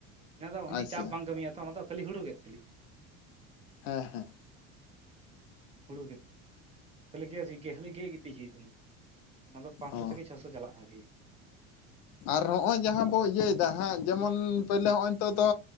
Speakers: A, on the right (about 20°); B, on the left (about 65°).
A: ᱚᱱᱟᱫᱚ ᱩᱱᱤ
B: ᱟᱪᱪᱷᱟ
A: ᱪᱟᱯ ᱵᱟᱝ ᱠᱟᱹᱢᱤᱭᱟ ᱛᱚ ᱚᱱᱟ ᱫᱚ ᱠᱷᱟᱹᱞᱤ ᱦᱩᱲᱩ ᱠᱮᱫ ᱠᱷᱟᱹᱞᱤ᱾
B: ᱦᱮᱸ ᱦᱮᱸ
A: ᱦᱩᱲᱩ ᱜᱮ ᱠᱷᱟᱹᱞᱤ ᱜᱮ ᱡᱤ ᱜᱮ ᱠᱷᱟᱞᱤ ᱜᱮᱜ ᱜᱤᱛᱤᱡ ᱦᱩᱭᱩᱜ ᱛᱟᱢᱟ᱾ ᱚᱱᱟ ᱫᱚ ᱯᱟᱸᱥᱥᱚ
B: ᱚ
A: ᱛᱷᱮᱠᱮ ᱪᱷᱚᱥᱚ ᱪᱟᱞᱟᱜᱼᱟ ᱟᱨᱠᱤ
B: ᱟᱜ ᱟᱨ ᱦᱚᱸᱜᱼᱚᱭ ᱡᱟᱦᱟᱸ ᱵᱚ ᱤᱭᱟᱹᱭ ᱫᱟ ᱦᱟᱸᱜ ᱡᱮᱢᱚᱱ ᱯᱳᱭᱞᱟᱹ ᱦᱚᱸᱜᱼᱚᱭ ᱱᱤᱛᱚᱜ ᱫᱚ